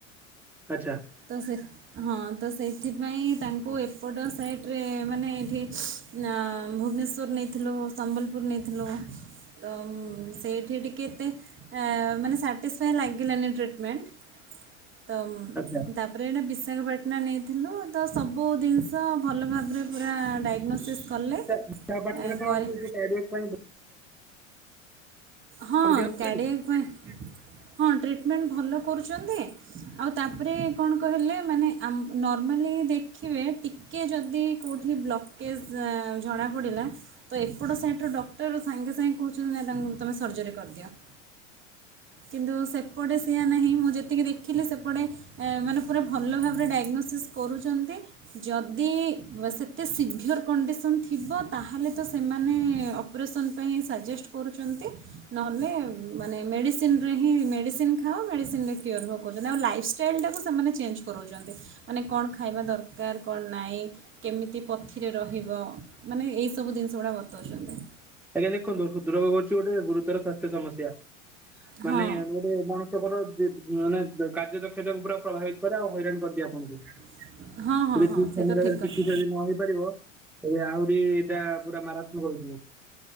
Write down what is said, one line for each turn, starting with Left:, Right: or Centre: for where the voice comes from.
Centre: ଆଚ୍ଛା।
Right: ତ ସେ ହଁ ତ ସେଇଥିପାଇଁ ତାଙ୍କୁ ଏପଟ ସାଇଟରେ ମାନେ ଏଠି ହଁ ଭୁବନେଶ୍ୱର ନେଇଥିଲୁ, ସମ୍ବଲପୁର ନେଇଥିଲୁ ତ ଅଁ ସେଇଠି ଟିକେ ଏତେ ଏଁ ମାନେ ସାଟିସ୍ଫାଏ ଲାଗିଲାନି ଟ୍ରିଟମେଣ୍ଟ ତ ମ
Centre: ଆଚ୍ଛା।
Right: ତାପରେ ଏଇନା ବିଶାଖାପାଟଣା ନେଇଥିଲୁ ତ ସବୁ ଦିନିଷ ଭଲ ଭାବରେ ପୁରା ଡାଇଗ୍ନୋସିସ୍ କଲେ
Centre: ଆଛା ବିଶାଖାପାଟଣା
Right: ଏ,
Centre: ରେ କଣ
Right: କରି
Centre: ସେ ଯଉ <unintelligible> ପାଇଁ ଭ
Right: ହଁ
Centre: ଦିଆହଉଛି
Right: ଅଁ କାଡ଼ିଆକ୍ଟ
Centre: ଟି?
Right: ପାଇଁ ହଁ ଟ୍ରିଟମେଣ୍ଟ ଭଲ କରୁଛନ୍ତି ଆଉ ତାପରେ କଣ କହିଲେ ମାନେ ଆମ ନର୍ମାଲି ଦେଖିବେ ଟିକେ ଯଦି କେଉଠି ବ୍ଲକେଜ ଅଁ ଜଣାପଡ଼ିଲା ତ ଏପଟ ସାଇଟ ଡକ୍ଟର ସାଙ୍ଗେ ସାଙ୍ଗେ କହୁଛନ୍ତି ନାଇଁ ତାଙ୍କୁ ତୁମେ ସର୍ଜରୀ କରିଦିଅ। କିନ୍ତୁ ସେପଟେ ସେଆ ନାହିଁ ମୁଁ ଯେତିକି ଦେଖିଲି ସେପଟେ ଏ ମାନେ ପୁରା ଭଲ ଭାବରେ ଡାଇଗ୍ନୋସିସ୍ କରୁଚନ୍ତି ଯଦି ସେତେ ସିଭିଅର୍ କଣ୍ଡିସନ୍ ଥିବ ତାହେଲେ ତ ସେମାନେ ଅ ଅପରେସନ ପାଇଁ ସାଜେଷ୍ଟ କରୁଚନ୍ତି ନହେଲେ ମାନେ ମେଡ଼ିସିନ ରେ ହିଁ ମେଡ଼ିସିନ ଖାଅ ମେଡ଼ିସିନ କ୍ୟୋର ହୁଅ କହୁଚନ୍ତି ଆଉ ଲାଇଫ ଷ୍ଟାଇଲଟାକୁ ସେମାନେ ଚେଞ୍ଜ କରଉଚନ୍ତି ମାନେ କଣ ଖାଇବା ଦର କଣ ନାଇଁ କେମିତି ପଥି ରେ ରହିବ ମାନେ ଏଇସବୁ ଜିନିଷ ଗୁଡ଼ା ବତଉଛନ୍ତି।
Centre: ଆଜ୍ଞା ଦେଖନ୍ତୁ ହୃଦ ରୋଗ ହଉଚି ଗୋଟେ ଗୁରୁତର ସ୍ୱାସ୍ଥ୍ୟ ସମସ୍ୟା
Right: ହଁ
Centre: ମାନେ ଗୋଟେ ଲୋକଙ୍କର ମାନେ କାର୍ଯ୍ୟ ଦକ୍ଷତାକୁ ପୁରା ପ୍ରଭାବିତ କରେ ଆଉ ହଇରାଣ କରିଦିଏ ଆପଣଙ୍କୁ।
Right: <inaudible>
Centre: ଯଦି
Right: ହଁ ସେ
Centre: ଠିକ
Right: ତ
Centre: ସମୟ
Right: ଠିକ୍ କଥା
Centre: ଚିକିତ୍ସା ଯଦି ନ ହେଇ ପାରିବ ଏ ଆହୁରି ଏଇଟା ପୁରା ମାରାତ୍ମକ ହେଇଯିବ।